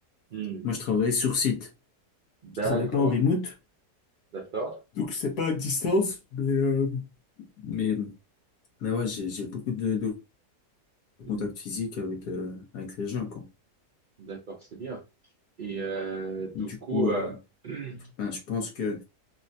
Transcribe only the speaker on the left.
Moi, je travaille sur site.
Je travaille pas en remote.
Donc, c'est pas à distance, mais, euh, mais Mais ouais, j'ai j'ai beaucoup de, de
contact physique avec euh, avec les gens quoi.
Du
coup, euh,
ben, je pense que